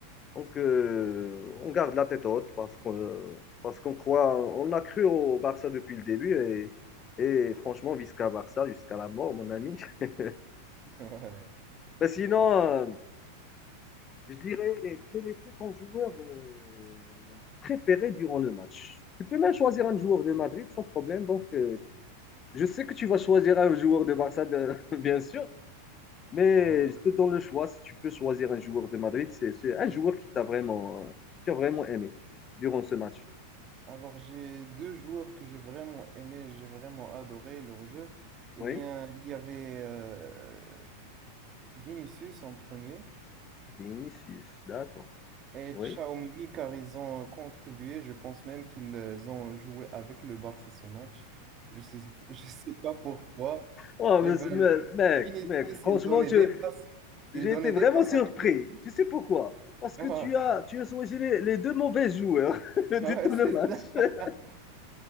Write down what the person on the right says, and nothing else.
Ouais,
ouais.
Alors j'ai deux joueurs que j'ai vraiment aimé, j'ai vraiment adoré leur jeu. Eh
bien, il y avait euh, Vinicius en premier
et
Xiaomini car ils ont contribué. Je pense même qu'ils euh, ont joué avec le Barça ce match. Je sais, <laughs> je sais pas pourquoi.
Eh
ben,
Vinicius,
il donnait
des passes, il
donnait
des passes
à Chilwell.
<laughs>
Ah
Ouais,
c'est
ça.
<laughs>